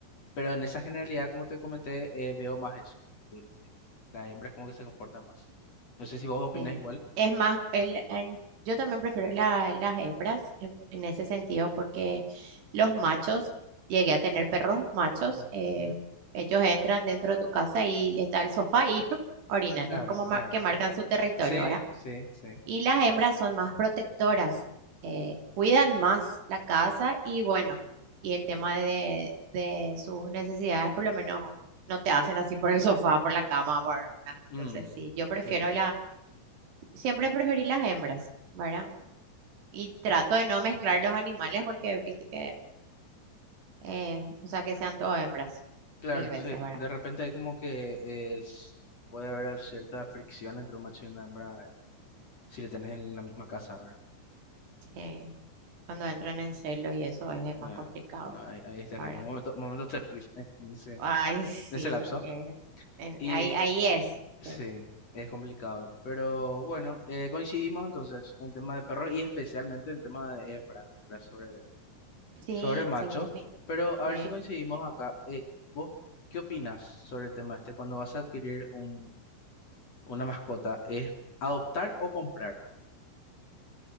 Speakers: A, on the left (about 35°); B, on the right (about 60°).
A: pero en esa generalidad, como te comenté, eh, veo más eso, el- el- la hembra es como que se comporta más. No sé si vos opinás
B: Sí.
A: igual.
B: Es más, el, el- yo también prefiero la- las hembras en, en ese sentido porque los machos, llegué a tener perros machos,
A: Ujú,
B: eh,
A: ujú.
B: ellos entran dentro de tu casa y está el sofá y ¡pruc! orinan,
A: Claro,
B: es como ma-
A: claro.
B: que marcan su territorio
A: Sí,
B: ahora.
A: sí, sí.
B: Y las hembras son más protectoras, eh, cuidan más la casa y bueno, y el tema de, de sus necesidades por lo menos no te hacen así por el sofá, por la cama, por- ¿verdad?
A: Mm,
B: Entonces sí, yo prefiero
A: sí.
B: Siempre preferí las hembras, ¿verdad? Y trato de no mezclar los animales porque viste que, eh, o sea, que sean todo hembras,
A: Claro,
B: mil veces,
A: sí.
B: ¿verdad?
A: De repente hay como que eh, s- puede haber cierta fricción entre un macho y una hembra en- si le tenés en la misma casa, ¿verdad?
B: Eh, cuando entran en celo y eso es, eh,
A: Ah,
B: más complicado,
A: no, ahí, ahí es terrible.
B: ¿verdad?
A: Un momento, momento terrible <laughs> en ese, en
B: Ay, sí,
A: ese lapso.
B: es- en-
A: Y
B: ahí, ahí es.
A: sí,
B: Sí,
A: es complicado. Pero bueno, eh, coincidimos entonces en tema de perros y especialmente en tema de hembra, ¿verdad? Sobre,
B: sí,
A: sobre macho.
B: sí, mi-
A: Pero a
B: sí.
A: ver si coincidimos acá. Eh, ¿vos qué opinás sobre el tema este? Cuando vas a adquirir un, una mascota, ¿es adoptar o comprar?